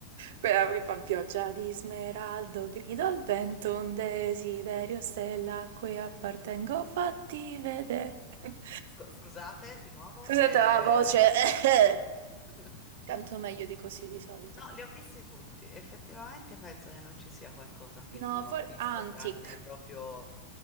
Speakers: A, on the right (about 55°); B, on the left (about 20°).
A: Quella che fa pioggia di smeraldo, grido al vento, un desiderio, stella a cui appartengo, fatti vedere. <laughs>
B: Scu- scusate di nuovo.
A: Scusate
B: eh.
A: la voce, <coughs>
B: <laughs>
A: canto meglio di così di solito.
B: No, li ho visti tutti. Effettivamente penso che non ci sia qualcosa che
A: No,
B: non
A: for-
B: ho visto,
A: ah, antic.
B: tranne proprio...